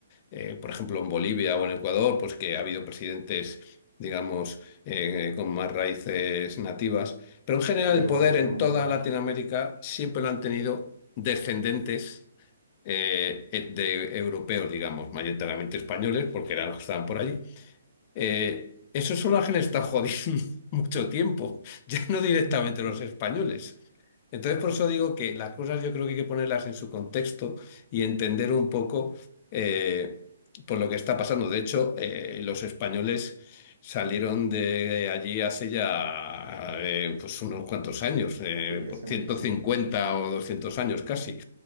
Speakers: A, on the left; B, on the right.
A: eh, por ejemplo en Bolivia o en Ecuador, pues que ha habido presidentes, digamos, eh, con más raíces nativas, pero en general
B: Sí,
A: el
B: Evo,
A: poder en
B: Evo
A: toda
B: Morales.
A: Latinoamérica siempre lo han tenido descendentes eh, eh, de europeos, digamos, mayoritariamente españoles, porque eran los que estaban por allí eh, esos solajes están jodiendo <laughs> mucho tiempo, ya no directamente
B: <laughs>
A: los españoles. Entonces, por eso digo que las cosas yo creo que hay que ponerlas en su contexto y entender un poco eh, por lo que está pasando. De hecho, eh, los españoles salieron de allí hace ya eh, pues unos cuantos años, eh,
B: Sí, hace
A: por ciento
B: muchísimo.
A: cincuenta
B: <laughs>
A: o 200 años casi.